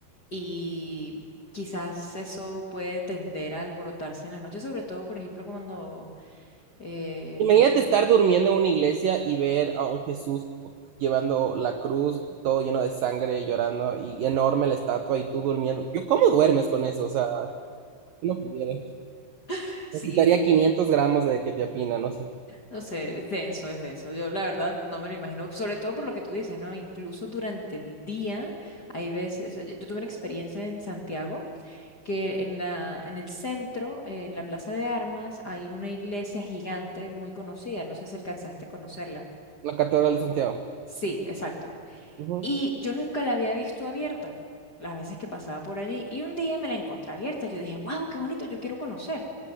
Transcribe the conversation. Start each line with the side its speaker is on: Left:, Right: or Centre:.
Left: Y quizás eso puede tender a alborotarse en las noches, sobre todo, por ejemplo, cuando, eh,
Right: Imagínate estar durmiendo en una iglesia y ver a un Jesús co- llevando la cruz, todo lleno de sangre, llorando, y enorme la estatua, y tú durmiendo. Yo, ¿cómo duermes con eso? O sea, yo no pudiera.
Left: <laughs> sí,
Right: Necesitaría 500 gramos de que te apina, no sé.
Left: no sé, es denso, es denso. Yo la verdad no me lo imagino, sobre todo por lo que tú dices, ¿no? Incluso durante el día hay veces, yo yo tuve una experiencia en Santiago que en la, en el centro, eh, en la Plaza de Armas, hay una iglesia gigante muy conocida, no sé si alcanzaste a conocerla.
Right: La Catedral de Santiago.
Left: Sí, exacto.
Right: Ujú.
Left: Y yo nunca la había visto abierta, las veces que pasaba por allí. Y un día me la encontré abierta. Yo dije, wow, qué bonito, yo quiero conocer.